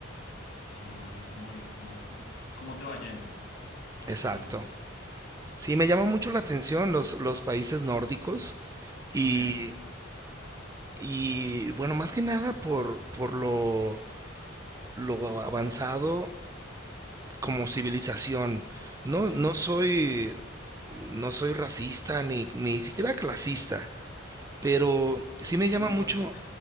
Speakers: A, on the left; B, on the right.
A: sino más bien como ir, como, como cómo te va yendo por
B: exacto.
A: el camino.
B: Sí, me llama mucho
A: Ok,
B: la atención los, los países nórdicos y,
A: sí,
B: y bueno, más que nada por, por lo, lo avanzado como civilización. No,
A: sí.
B: no soy, no soy racista ni, ni siquiera clasista, pero sí
A: Sin
B: me llama
A: embargo,
B: mucho,